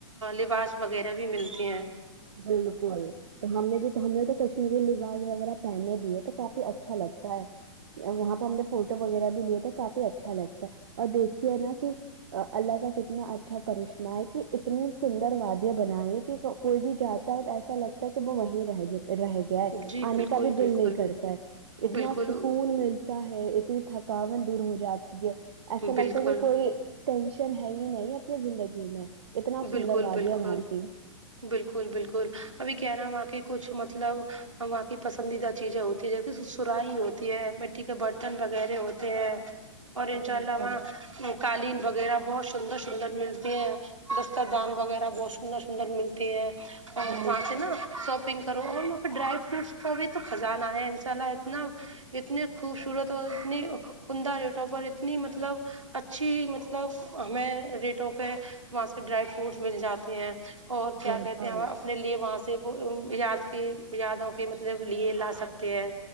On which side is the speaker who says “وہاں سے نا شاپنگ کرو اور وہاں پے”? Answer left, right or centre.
Right